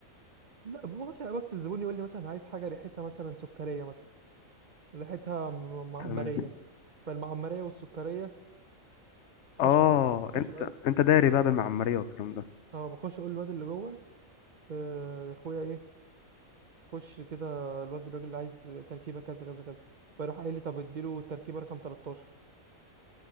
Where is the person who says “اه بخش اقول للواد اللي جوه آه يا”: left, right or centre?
Right